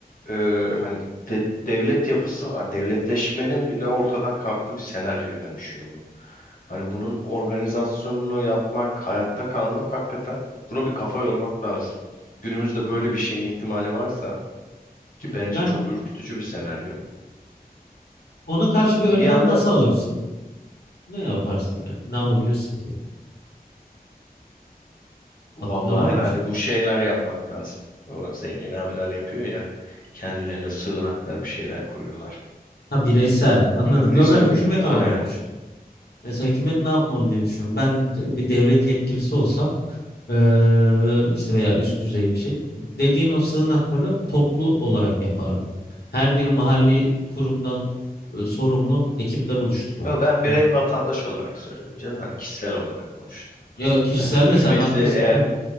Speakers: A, on the left; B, on the left.
A: e, hani de- devlet yapısı, hani devletleşmenin bile ortadan kalktığı bir senaryoya dönüşüyor bu. Hani bunun organizasyonunu yapmak, hayatta kalmak hakikaten buna bir kafa yormak lazım. Günümüzde böyle bir şeyin ihtimali varsa ki bence
B: Yani
A: çok ürkütücü bir senaryo.
B: ona karşı bir önlem
A: Bir anda
B: nasıl alırsın? Ne yaparsın yani? Ne yapabilirsin ki?
A: vallahi
B: Aklında var
A: herhalde
B: mı bir şey?
A: bu şeyler yapmak lazım. O zengin abiler yapıyor ya kendilerine sığınaklar bir şeyler kuruyorlar.
B: Ha bireysel anladım.
A: Distopik
B: Yo ben hükümet
A: aynen.
B: olarak düşün. Mesela hükümet ne yapmalı diye düşünüyorum. Ben de- bir devlet yetkilisi olsam eee, işte veya üst düzey bir şey. Dediğin o sığınakları toplu olarak yapardım. Her bir mahalli
A: Hı hı.
B: kurumdan e, sorumlu ekipler oluştururdum.
A: Ama ben
B: Hani
A: birey vatandaş olarak söyledim canım. Hani kişisel olarak konuştum.
B: ya kişisel
A: Yani hükümetle
B: de sen haklısın
A: eğer
B: canım.